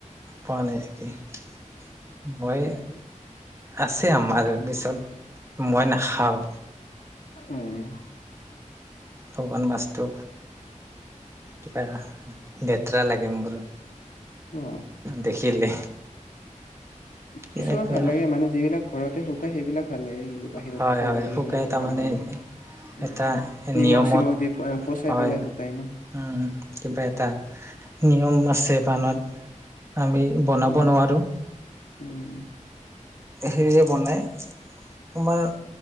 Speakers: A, on the right (about 20°); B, on the left (about 90°).
A: পানেকে <inaudible> মই।
B: উম
A: আছে আমাৰ পিছত মই নাখাওঁ।
B: উম।
A: শুকান মাছ। তো কিবা লেতেৰা লাগে মোৰ।
B: অ।
A: দেখিলে। তেনেকুৱা
B: কিছুমান ভাল লাগে মানে যিবিলাক। ঘৰতে শুকাই সেইবিলাক। ভাল লাগে কিন্তু বাহিৰত
A: হয়
B: শুকোৱাবিলাক
A: হয়, শুকাই
B: ইমান
A: তাৰমানে
B: ভাল নালাগে। উম
A: এটা
B: নিমখ
A: নিয়মত,
B: চিমখ দি পচাই
A: হয়
B: পেলাই শুকাই ন
A: উম কিবা এটা নিয়ম আছে বানত। আমি বনাব
B: উম
A: নোৱাৰো।
B: উম।
A: সেৰি। বনাই তোমাৰ